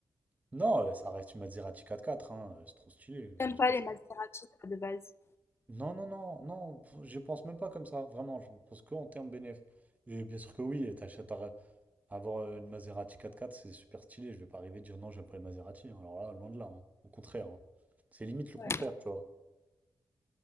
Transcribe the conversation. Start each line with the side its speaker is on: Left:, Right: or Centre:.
Right: Non, euh, ça reste une Maserati 4x4, hein, euh, c'est trop stylé. euh,
Left: t'aimes
Right: c'est
Left: pas
Right: pas
Left: les
Right: ça.
Left: Maserati, toi, de base.
Right: Non, non, non, non, je pense même pas comme ça, vraiment, je pense que en termes bénéf. Et bien sûr que oui, t'achètes à- avoir euh, une Maserati 4x4, c'est super stylé. Je vais pas arriver à dire non, j'aime pas les Maserati. hein. Alors là, loin de là, hein. Au contraire. hein. C'est limite le contraire,
Left: Ouais,
Right: tu vois.